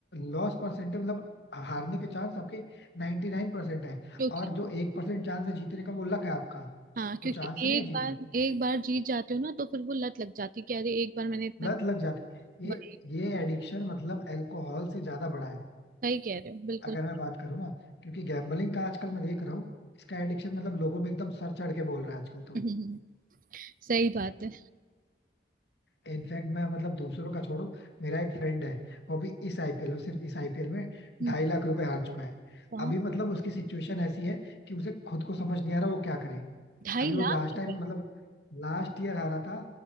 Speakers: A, on the left; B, on the right.
A: लॉस परसेंट है मतलब हारने के चांस आपके 99% नाइन परसेंट
B: क्योंकि
A: है और जो एक परसेंट चांस है जीतने का वो लक है आपका
B: हाँ क्योंकि
A: वो चांस नहीं
B: एक
A: है जीतने
B: बार
A: का
B: एक बार जीत जाते हो ना तो फिर वो लत लग जाती है कि अरे एक बार मैंने इतना
A: लत लग जाती है।
B: बड़े
A: ये ये एडिक्शन मतलब अल्कोहल से ज्यादा बड़ा है
B: सही कह रहे हो बिल्कुल
A: अगर मैं बात करूँ ना क्योंकि गैम्बलिंग का आजकल मैं देख रहा हूँ इसका एडिक्शन मतलब लोगों में एकदम सर चढ़ के बोल रहा है आजकल
B: <laughs>
A: तो
B: हम्म, सही बात है
A: इनफैक्ट मैं मतलब दूसरों का छोड़ो मेरा एक फ्रेंड है वो भी इस आईपीएल में सिर्फ इस आईपीएल में
B: हम्म,
A: ढाई लाख रुपए हार चुका है
B: बहुत
A: अभी मतलब उसकी सिचुएशन ऐसी है कि उसे खुद को समझ नहीं आ रहा वो क्या करे
B: ढाई
A: अभी वो
B: लाख
A: लास्ट टाइम
B: रुपए
A: मतलब लास्ट ईयर हारा था